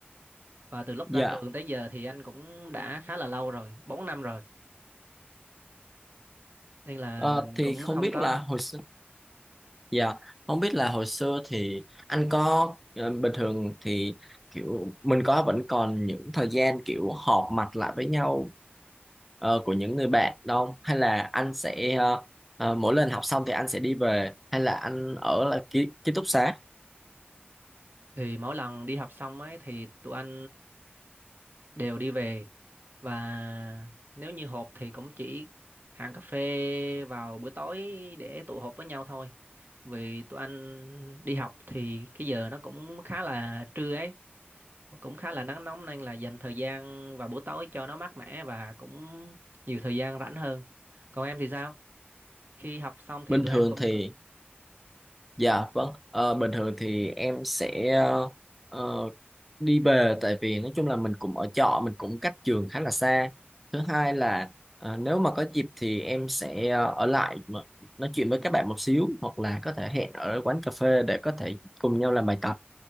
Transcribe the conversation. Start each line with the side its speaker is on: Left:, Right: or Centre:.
Right: và từ lúc
Centre: dạ
Right: ra trường tới giờ thì anh cũng đã khá là lâu rồi 4 năm rồi nên là
Centre: Ờ,
Right: mình
Centre: thì
Right: cũng
Centre: không
Right: không
Centre: biết
Right: có
Centre: là hồi xưa, dạ, không biết là hồi xưa thì anh có ờ, bình thường thì kiểu mình có vẫn còn những thời gian kiểu họp mặt lại với nhau ờ, của những người bạn đâu hay là anh sẽ ờ, ờ, mỗi lần học xong thì anh sẽ đi về hay là anh ở là ký, ký túc xá
Right: thì mỗi lần đi học xong ấy thì tụi anh đều đi về và nếu như họp thì cũng chỉ hàng cà phê vào buổi tối để tụ họp với nhau thôi vì tụi anh đi học thì cái giờ nó cũng khá là trưa ấy mà cũng khá là nắng nóng nên là dành thời gian vào buổi tối cho nó mát mẻ và cũng nhiều thời gian rảnh hơn còn em thì sao khi học xong thì
Centre: bình
Right: tụi
Centre: thường
Right: em cũng
Centre: thì
Right: cứ
Centre: Dạ vâng, Ờ, bình thường thì em sẽ ờ, ờ, đi về tại vì nói chung là mình cũng ở trọ, mình cũng cách trường khá là xa. Thứ hai là ờ, nếu mà có dịp thì em sẽ ờ, ở lại mà nói chuyện với các bạn một xíu hoặc là có thể hẹn ở quán cà phê để có thể cùng nhau làm bài tập